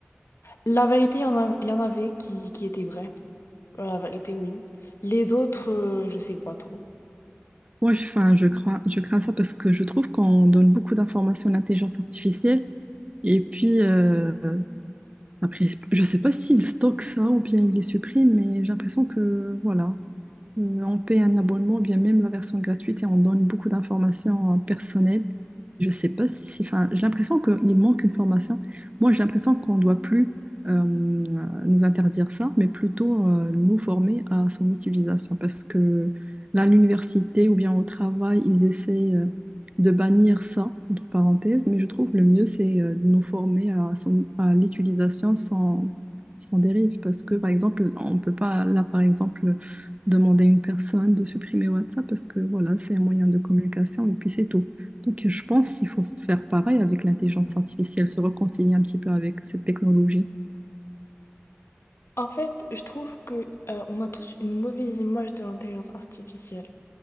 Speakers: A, on the left; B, on the right.
A: La vérité, il y en a- il y en avait qui, qui étaient vraies. Euh, La vérité, oui. Les autres, euh, je sais pas trop.
B: Moi, je, enfin, je crains, je crains ça parce que je trouve qu'on donne beaucoup d'informations à l'intelligence artificielle. Et puis, euh, après, je sais pas s'il stocke ça ou bien il les supprime, mais j'ai l'impression que, voilà. Euh, on paye un abonnement, ou bien même la version gratuite, et on donne beaucoup d'informations euh, personnelles. Je sais pas si, enfin, j'ai l'impression qu'il manque une formation. Moi, j'ai l'impression qu'on doit plus euh, nous interdire ça, mais plutôt euh, nous former à son utilisation. Parce que là, à l'université ou bien au travail, ils essaient euh, de bannir ça, entre parenthèses, mais je trouve le mieux, c'est euh, de nous former à, son- à l'utilisation sans, sans dérive. Parce que, par exemple, on peut pas, là, par exemple, demander à une personne de supprimer WhatsApp parce que voilà, c'est un moyen de communication et puis c'est tout. Donc je pense qu'il faut faire pareil avec l'intelligence artificielle, se réconcilier un petit peu avec cette technologie.
A: En fait, je trouve que euh, on a tous une mauvaise image de l'intelligence artificielle.